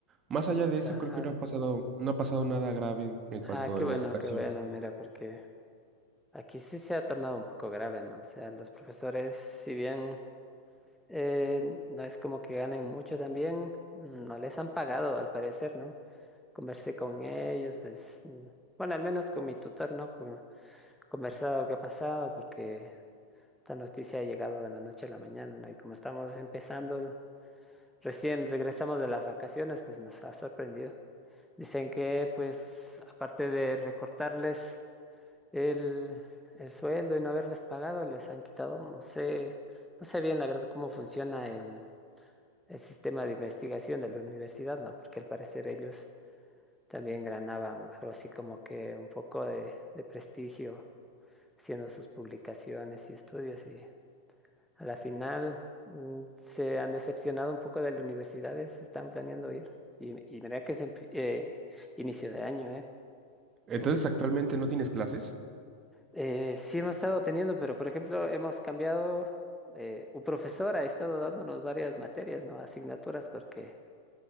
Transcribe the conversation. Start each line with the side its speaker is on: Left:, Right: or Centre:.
Right: más allá de eso
Centre: claro.
Right: creo que no ha pasado, no ha pasado nada grave en cuanto
Centre: Ah, qué
Right: a la
Centre: bueno,
Right: educación.
Centre: qué bueno, mira, porque aquí sí se ha tornado un poco grave, ¿no? O sea, los profesores, si bien eh, no es como que ganen mucho también, mm, no les han pagado, al parecer, ¿no? Conversé con ellos, pues, mm, bueno, al menos con mi tutor, ¿no? Con- conversado qué ha pasado, porque esta noticia ha llegado de la noche a la mañana, ¿no? Y como estamos empezando, recién regresamos de las vacaciones, pues nos ha sorprendido. Dicen que, pues, aparte de recortarles el, el sueldo y no haberles pagado, les han quitado, no sé, no sé bien la verdad cómo funciona el, el sistema de investigación de la universidad, ¿no? Porque al parecer ellos también ganaban algo así como que un poco de, de prestigio haciendo sus publicaciones y estudios y a la final mm, se han decepcionado un poco de las universidades, están planeando ir. Y, y mira que es en fi- eh, inicio de año, ¿eh?
Right: Entonces, ¿actualmente no tienes clases?
Centre: Eh, sí hemos estado teniendo, pero por ejemplo hemos cambiado, eh, un profesor ha estado dándonos varias materias, ¿no? Asignaturas, porque